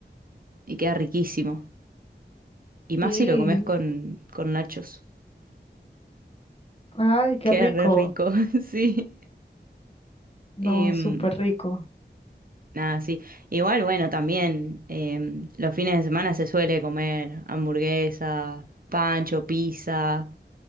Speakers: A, on the right (about 50°); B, on the left (about 35°).
A: y queda riquísimo. Y más
B: Sí,
A: si lo comes con, con nachos.
B: ay, qué
A: Queda
B: rico.
A: re rico, <laughs> sí.
B: No,
A: Em,
B: súper rico.
A: nada, sí. Igual, bueno, también em, los fines de semana se suele comer hamburguesa, pancho, pizza.